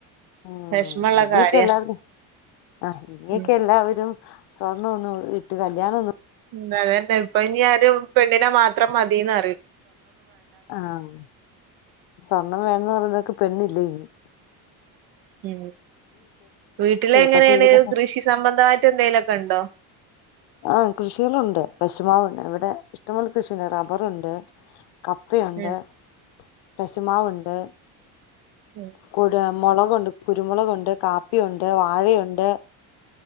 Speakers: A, on the left; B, on the right.
A: ഉം
B: വെഷമള്ള
A: ഇനിയൊക്കെ
B: കാര്യ
A: എല്ലാർക്കും ആ ഇനിയൊക്കെ
B: ഉം
A: എല്ലാവരും സ്വർണ്ണം ഒന്നും ഇട്ട് കല്യാണൊന്നും
B: ഉം അതന്നെ ഇപ്പൊ ഞി ആരും പെണ്ണിനെ മാത്രം മതീന്നറയും
A: ആഹ് സ്വർണം വേണംന്ന് പറയുന്നോർക്ക് പെണ്ണി ല്ലേനിം
B: ഉം വീട്ടിലെങ്ങനാണ്
A: പക്ഷെ ഇനി പക്ഷെ
B: കൃഷി സംബന്ധായിട്ട് എന്തെലൊക്കെ ഇണ്ടോ
A: ആഹ് കൃഷികളുണ്ട് പക്ഷ റ്റ്മാവണ്ട് ഇവിടെ ഇഷ്ടമ്പോലെ കൃഷിണ്ട് റബ്ബറുണ്ട് ക പ്പയുണ്ട്
B: ഉം
A: കശുമാവുണ്ട്
B: ഉം
A: കുട്യാ മൊളകുണ്ട് കുരുമുളകുണ്ട് കാപ്പിയുണ്ട് വാഴയുണ്ട്